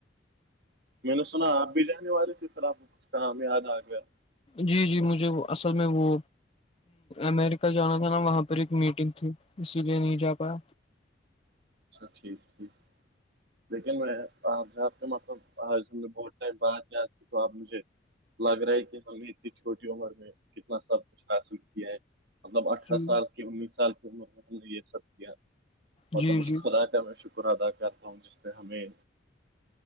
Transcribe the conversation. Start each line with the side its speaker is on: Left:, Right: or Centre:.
Right: میں نے سنا آپ بھی جانے والے تھے پھر آپ کو کچھ کام یاد آ گیا
Left: جی جی مجھے اصل میں وہ امیریکا جانا تھا نا وہاں پر ایک میٹنگ تھی اسی لیے نہیں جا پایا
Right: اچھا ٹھیک ٹھیک لیکن آپ آپ کے مطلب آج نے بہت ٹیم بعد یاد کیا تو آپ مجھے لگ رہا ہے کہ ہم نے اتنی چھوٹی عمر میں کتنا سب کچھ حاصل کیا ہے مطلب اٹھارہ
Left: جی
Right: سال کی انیس سال کی عمر میں ہم نے یہ سب کیا
Left: جی
Right: مطلب اس
Left: جی
Right: اللہ کا میں شکر ادا کرتا ہوں جس نے ہمیں